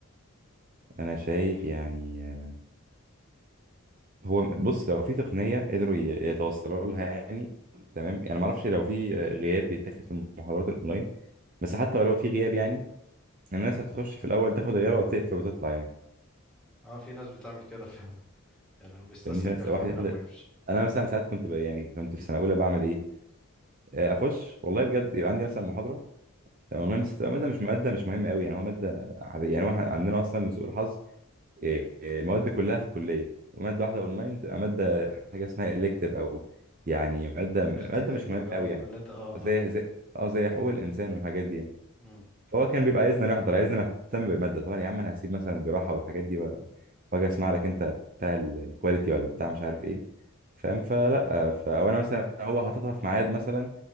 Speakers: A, on the right; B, in the centre.
A: انا شايف يعني آه، هو بص لو في تقنية قدروا ي- يتوصلوا لها يعني تمام يعني ما اعرفش لو في آه، غياب بيتاخد في المحاضرات الاونلاين بس حتى ولو في غياب يعني الناس هتخش في الاول تاخد غيابها وتقفل وتطلع يعني
B: اه في ناس بتعمل كده فعلا يعني هو بيستسهل
A: فاهمني في ناس
B: بياخد
A: واحد
B: الغاب
A: ياخد
B: ويمشي
A: انا مثلا ساعات كنت ب... يعني كنت في سنة اولى بعمل ايه آه، اخش والله بجد يبقى عندي مثلا محاضرة والله بس تبقى مادة مش مادة مش مهمة قوي يعني هو مادة عادية يعني هو إحنا عندنا أصلا لسوء الحظ إيه، إيه، المواد كلها في الكلية ومادة واحدة أونلاين بتبقى مادة حاجة اسمها إلكتيف أو يعني مادة
B: الاختياري
A: مادة مش
B: دي
A: مهمة
B: اه
A: قوي يعني
B: اللي انت اه
A: زي
B: اه
A: زي أه زي حقوق الإنسان والحاجات دي يعني
B: امم
A: فهو كان بيبقى عايزنا نحضر عايزنا نهتم بالمادة طبعا يا عم أنا هسيب مثلا الجراحة والحاجات دي و- وأجي أسمع لك أنت بتاع ال- الكواليتي ولا بتاع مش عارف إيه فاهم فلا فأنا مثلا هو حاططها في ميعاد مثلا